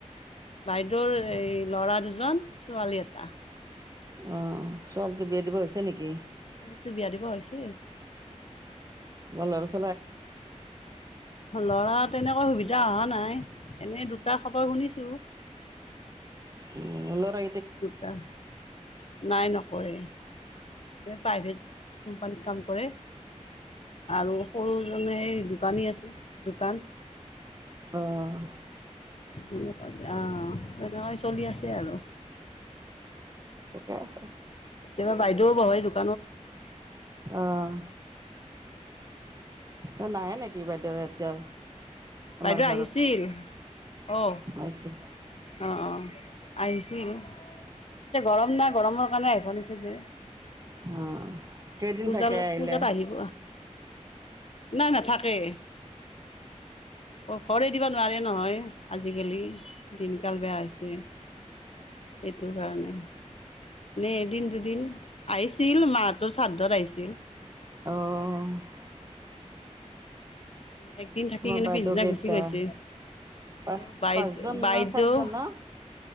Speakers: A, on the left; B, on the right.
A: বাইদেউৰ এই ল'ৰা দুজন ছোৱালী এটা।
B: অ ছোৱালীটো বিয়া দিব হৈছে নেকি?
A: ছোৱালীটো বিয়া দিব হৈছে।
B: কবা <unintelligible>
A: লৰা তেনেকৈ সুবিধা অহা নাই। এনেই দুটা খবৰ শুনিছো।
B: উম লৰা।
A: দুটাহ নাই নকৰে। যে প্ৰাইভেট কোম্পানীত কাম কৰে। আৰু সৰু জনে এই দোকানী আছে দোকান।
B: অহ।
A: তেনেকৈ অহ তেনেকৈ চলি আছে আৰু।
B: ঠিকে আছে।
A: কেতিয়াবা বাইদেউ বহে দোকা
B: অহ। এ নাহে নেকি বাইদেউ এতিয়া। তোমাৰ
A: বাইদেউ
B: ঘৰত
A: আহিছিল অ,
B: আহিছে
A: অ, অ আহি <unintelligible> এতিয়া গৰম নাই গৰমৰ কাৰণে আহিব নোখোজে।
B: অহ। কেইদিন
A: পূজালৈ
B: থাকে আহিলে?
A: পূজাত আহিব নাই নাথাকে। অ ঘৰে এদিবা নোৱাৰে নহয়। আজিকালি দিনকাল বেয়া হৈছে। সেই সেইটো কাৰণে। নে এদিন দুদিন, আহিছিল মা হতৰ স্বা ৰ্ধত আহিছিল।
B: অঁ।
A: এ দিন থাকি
B: তোমাৰ
A: কিনে
B: বাইদেউ
A: পিছদিনা
B: কেইটা?
A: গুচি গৈছে।
B: পাঁচ
A: মোৰ বাইদেউ
B: পাঁচজন
A: বাইদেউ,
B: না চাৰিজন ন?